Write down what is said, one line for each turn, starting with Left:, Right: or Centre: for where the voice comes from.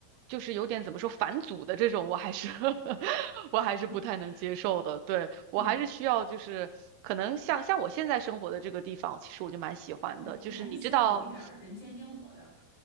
Right: 就是有点怎么说返祖的这种，我还是 <laughs> 我还是不太能接受的。
Left: <laughs>
Right: 对，
Left: 嗯，
Right: 我还是需要，就是可能像像我现在生活的这个地方，其实我就蛮喜欢的，
Left: 对，
Right: 就是你知道，
Left: 你还是需要有一点儿人间烟火的。